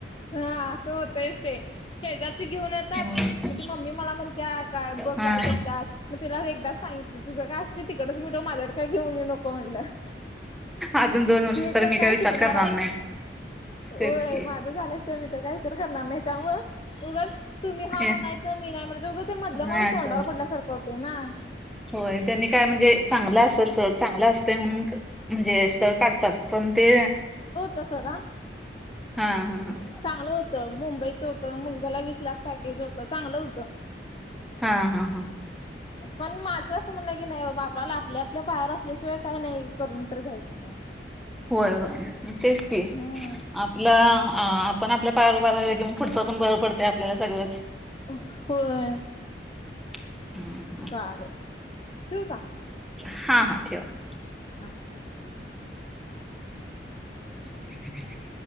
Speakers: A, on the left; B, in the centre.
A: हां असं होतंयच ते शेजारचे घेऊंन येतांत
B: हो
A: मंग ती मम्मी मलां म्हणत्यां कायं बघं
B: हा
A: कायं करत्यांस मी तिलां एकदाचं सांगितली तुझं कायं असतंय तिकडेच मिटवून माझ्याकडे कायं घेऊन येऊं नको म्हणलं
B: अजून दोन वर्ष
A: मी
B: तर
A: तरं
B: काय
A: कायं
B: विचार
A: शिकणांर
B: करणार
A: आहे
B: नाही
A: होयं
B: तेच की
A: माझं झाल्यांशिवाय मी तरं कायं विचारं करणारं नाहीं त्यामुळं उगांच तुम्हीं हां
B: ए
A: म्हणायं मी नाहीं म्हणायचं उगांच ते मधलं
B: नाहीच
A: माणूंस तोंडावर पडल्यांसारखं होते नां
B: होयं त्यांनी कायं म्हणजे चांगलं असेल सोंड चांगलं असतंय म्हणूंन म्हणजे स्थळं काढतांत पणं ते
A: तसं नां
B: हां हां हां
A: चांगलं होतं मुंबईचं होतं मुलंगालां वीस लाख पॅकेज होतं चांगलं होतं
B: हां हां हां
A: पणं माझं असं म्हणणं की नाहीं बाबां बाबांला आपल्या आपल्या पायांवर असल्यांशिवाय कांहीं नाहीं करूंन तरं घ्यायचं आणि
B: होयं होयं तेचं की
A: हम्म
B: आपलां
A: हम्म
B: अं पणं आपल्या पायांवर उभं राहील की मंग पुढचं पणं बरं पडतं आपल्याला सगळंच
A: होयं
B: आवांज नीट ऐकूं येतं नाहीं
A: चालेल ठेवूं कां
B: हां हां ठेवां
A: नाहीं
B: आवांज नीट ऐकूं येतं नाहीं